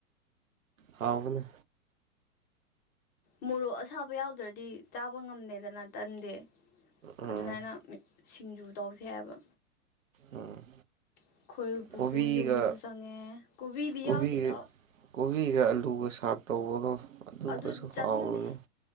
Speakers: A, on the right; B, on the left.
A: ꯍꯥꯎꯕꯅꯦ
B: ꯃꯣꯔꯣꯛ ꯑꯁꯥꯕ ꯌꯥꯎꯗ꯭ꯔꯗꯤ ꯆꯥꯕ ꯉꯝꯗꯦꯗꯅ ꯇꯟꯗꯤ
A: ꯎꯝ
B: ꯑꯗꯨꯃꯥꯏꯅ ꯁꯤꯡꯖꯨ ꯇꯧꯁꯦ ꯍꯥꯏꯕ
A: ꯎꯝ
B: ꯑꯩꯈꯣꯏ ꯄꯨꯄꯨ
A: ꯀꯣꯕꯤꯒ
B: ꯌꯨꯝꯗꯁꯨ ꯆꯪꯉꯦ ꯀꯣꯕꯤꯗꯤ
A: ꯀꯣꯕꯤꯒ
B: ꯌꯥꯎꯗꯦꯗ
A: ꯀꯣꯕꯤ ꯑꯂꯨꯒ ꯁꯥꯛ ꯇꯧꯕꯗꯣ ꯑꯗꯨꯒꯁꯨ
B: ꯑꯗꯨꯗꯤ ꯆꯥꯅꯤꯡꯗꯦ
A: ꯍꯥꯎꯕꯅꯦ